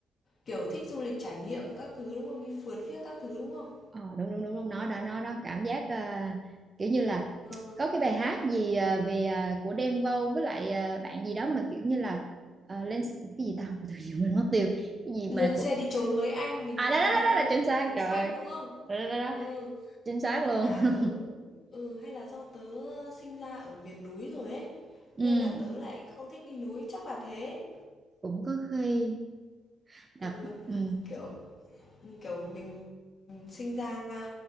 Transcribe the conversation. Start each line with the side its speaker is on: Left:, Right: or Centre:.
Left: Kiểu thích du lịch trải nghiệm các thứ, đúng không? Đi phượt phiếc các thứ, đúng không?
Right: Ờ, đúng đúng đúng đúng nó đó nó đó cảm giác à, kiểu như là
Left: Ờ,
Right: có cái bài hát gì à, về à, của Đen Vâu với lại à, bạn gì đó mà kiểu như là à, lên cái gì tao <laughs> tự nhiên mình mất tiêu cái gì
Left: lên
Right: mà cũng
Left: xe đi trốn với anh, mình
Right: à đó
Left: đi
Right: đó
Left: đến
Right: đó, đó
Left: nơi
Right: là
Left: có
Right: chính
Left: biển
Right: xác
Left: bạc núi
Right: trời
Left: xanh,
Right: ơi.
Left: đúng không?
Right: đó, đó, đó,
Left: Ừ,
Right: đó. chính xác
Left: hay
Right: luôn
Left: là tớ ừ, hay là do tớ sinh ra ở miền núi rồi ấy,
Right: <laughs> ừ,
Left: nên là tớ lại không thích đi núi, chắc là thế.
Right: cũng có khi đặc
Left: Ừ,
Right: ừ,
Left: kiểu kiểu mình sinh ra